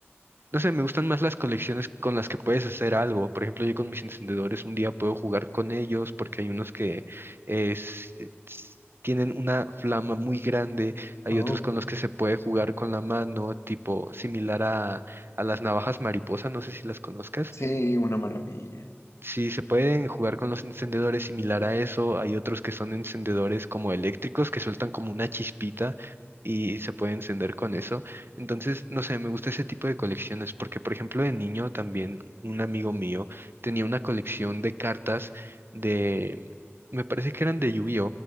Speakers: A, on the right; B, on the left.
A: no sé, me gustan más las colecciones con las que puedes hacer algo. Por ejemplo, yo con mis encendedores un día puedo jugar con ellos porque hay unos que es- s- tienen una flama muy grande, hay
B: Oh,
A: otros con los que se puede jugar con la mano, tipo similar a, a las navajas mariposa, no sé si las conozcas.
B: sí, una maravilla.
A: Sí, se pueden jugar con los encendedores similar a eso. Hay otros que son encendedores como eléctricos que sueltan como una chispita y se puede encender con eso. Entonces, no sé, me gusta ese tipo de colecciones porque, por ejemplo, de niño también un amigo mío tenía una colección de cartas de, me parece que eran de yu